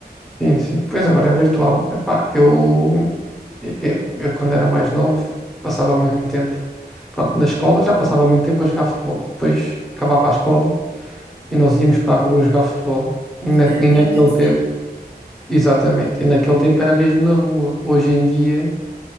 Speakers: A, in the centre; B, on the left.
A: sim, sim. Pois agora é virtual. Epá, eu, eu, eu quando era mais novo passava muito tempo, pronto, na escola já passava muito tempo a jogar futebol. Depois acabava a escola e nós íamos para a rua jogar futebol. E, na,
B: Era
A: e
B: até
A: naquele
B: anoitecer.
A: tempo, exatamente, e naquele tempo era mesmo na rua. Hoje em dia